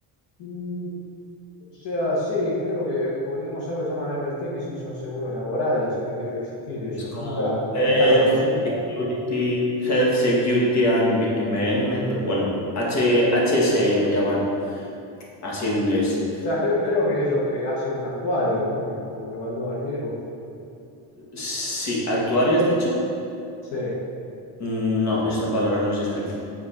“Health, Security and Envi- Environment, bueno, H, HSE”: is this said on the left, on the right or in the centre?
Left